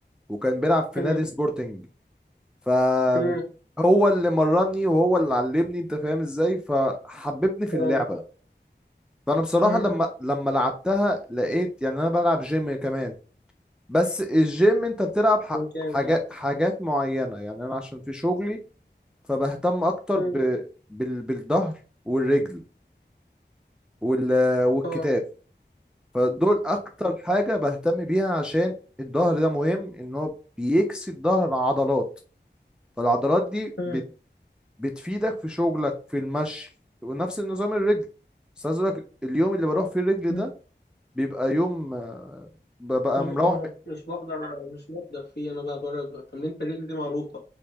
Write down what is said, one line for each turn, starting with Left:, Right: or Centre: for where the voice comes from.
Centre: وكان بيلعب في
Left: امم
Centre: نادي سبورتنج ف
Left: امم
Centre: هو اللي مرني وهو اللي علمني انت فاهم ازاي فحببني في
Left: اه
Centre: اللعبة فانا بصراحة
Left: امم
Centre: لما لما لعبتها لقيت يعني انا بلعب جيم كمان بس الجيم انت بتلعب ح-
Left: جامد
Centre: حاجات حاجات معينة يعني انا عشان في شغلي فبهتم اكتر
Left: امم
Centre: ب... بال... بالظهر والرجل وال... والكتاف
Left: اه
Centre: فدول اكتر حاجة بهتم بيها عشان الظهر ده مهم ان هو بيكسي الظهر عضلات فالعضلات دي
Left: امم
Centre: بت... بتفيدك في شغلك في المشي ونفس النظام الرجل بس عايز اقول لك اليوم اللي بروح فيه الرجل
Left: امم
Centre: ده بيبقى يوم آه، ببقى
Left: مم،
Centre: مروح
Left: اه
Centre: م...
Left: مش بقدر مش بقدر فيه انا بقى بقى تمرينة الرجل دي معروفة